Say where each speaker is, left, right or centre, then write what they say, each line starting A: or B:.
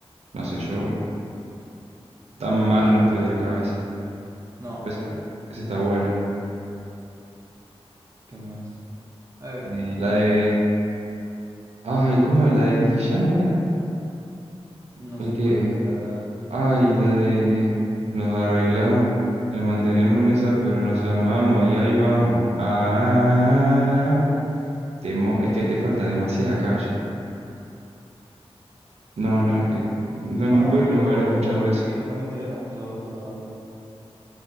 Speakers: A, on the right; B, on the right.
A: No sé, yo
B: Hay vídeos-
A: tan mal
B: hay-
A: no estoy de la cabeza.
B: No,
A: Esa,
B: bueno,
A: esa está buena.
B: ¿qué más? A ver.
A: Eh, la de. Ay, ¿cómo es? La de Nicky Jam, mira.
B: No
A: El
B: sé
A: que.
B: cuál dice, la verdad,
A: Ay,
B: sinceramente.
A: la de... Nos arreglamos, le mantenemos en esa, pero nos amamos y ahí vamos. Ah, te mo- es que te falta demasiada calle. No,
B: Es
A: no,
B: que
A: es que no,
B: no,
A: no puedes
B: yo.
A: no haber escuchado eso.
B: Es que no me interesa mucho J Balvin.